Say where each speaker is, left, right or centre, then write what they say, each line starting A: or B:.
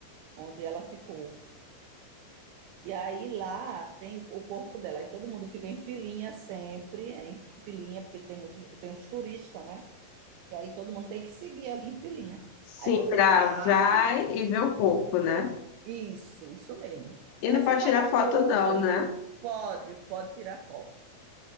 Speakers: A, on the right (about 85°); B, on the left (about 80°).
A: onde ela ficou. E aí lá tem o, o corpo dela, e todo mundo fica em filinha sempre, é, em filinha, porque tem muito, tem os turistas, né? E aí todo mundo tem que seguir ali em filinha.
B: sim,
A: Aí você
B: pra
A: passa,
B: vai e ver o corpo, né?
A: isso, isso mesmo.
B: E não
A: Aí
B: pode
A: você para
B: tirar
A: um
B: foto,
A: pouco,
B: não, né?
A: pode, pode tirar foto.